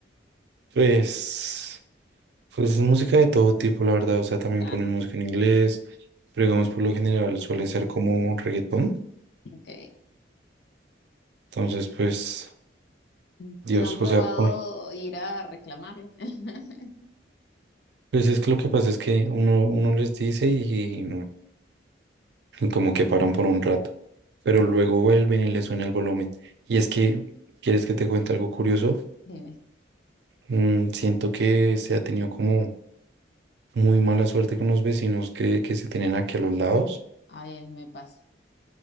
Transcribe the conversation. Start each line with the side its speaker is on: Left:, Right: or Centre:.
Right: Pues, pues música de todo tipo, la verdad. O sea, también
Left: Ah,
Right: ponen música en inglés, pero digamos, por lo general suele ser como reggaetón.
Left: ok.
Right: Entonces, pues,
Left: Mm.
Right: Dios,
Left: Y no han
Right: o
Left: probado
Right: sea, pon-
Left: ir a reclamarle. <laughs>
Right: pues es que lo que pasa es que uno, uno les dice y, y como que paran por un rato, pero luego vuelven y les suena el volumen. Y es que, ¿quieres que te cuente algo curioso?
Left: Dime.
Right: Mm, siento que se ha tenido como muy mala suerte con los vecinos que, que se tienen aquí a los lados.
Left: Ay, es- me pasa.